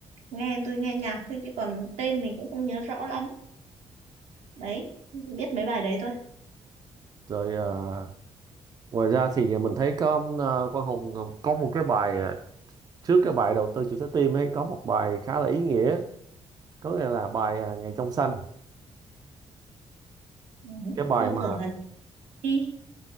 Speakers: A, on the right; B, on the right.
A: Nghe tôi nghe nhạc thôi chứ còn tên mình cũng không nhớ rõ lắm. Đấy, biết mấy bài đấy thôi.
B: rồi ờ, ngoài ra thì ờ, mình thấy có ờ, Quang Hùng có một cái bài ờ, trước cái bài đầu tư chủ trái tim ấy có một bài khá là ý nghĩa có nghĩa là bài ờ, Ngày trong xanh
A: Ừ,
B: cái bài
A: Tôi
B: mà
A: tưởng là chị Ly.